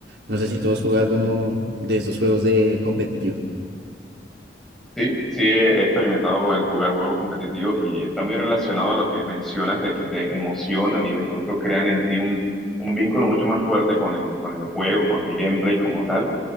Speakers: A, on the right; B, in the centre.
A: No sé si tú has jugado alguno de estos juegos de competitivos.
B: Sí, sí, he experimentado el jugar juegos competitivos y está muy relacionado a lo que mencionas de que te emocionan y de pronto crean en ti un, un vínculo mucho más fuerte con el, con el juego, con el gameplay como tal.